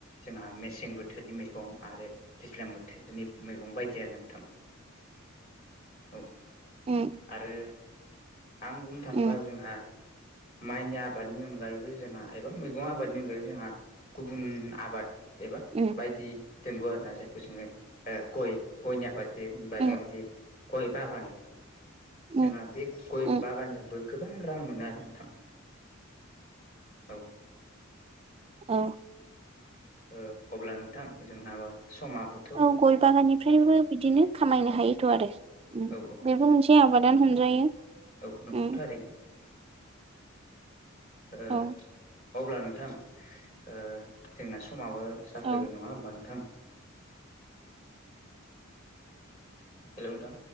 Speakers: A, on the left; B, on the right.
A: जोंहा मेसें बोथोरनि मैगं आरो दैज्लां बोथोरनि मैगं बायदि आरोना नोंथां। औ
B: उम
A: आरो आं बुं थांबा
B: उम
A: जों माइनि आबादनि अनगायैबो जोंहा एबा मैगं आबादनि अनगायैबो जोंहा गुबुन आबाद एबा
B: उम
A: बायदि दोंब आरोना जायखौ जोङो ओ गय गयनि आबाद जेन ओमबा
B: उम
A: जोंआ जि गय बागान
B: उम
A: जोंहा बे गय
B: उम
A: बागानजोंबो गोबां रां मोनो आरो नोंथां। औ
B: औ।
A: ओ अब्ला नोंथां जोंनाबो समआबो
B: औ गय बागाननिफ्रायबो बिदिनो खामायनो हायोथ' आरो। उम
A: औ औ
B: बेबो मोनसे आबादानो हमजायो।
A: औ नंगौथार।
B: उम
A: दै ओ
B: औ
A: अब्ला नोंथां ओ जोंना समाबो जाफैबाय
B: औ
A: नङा ओमबा नोंथां। हेल' नोंथां?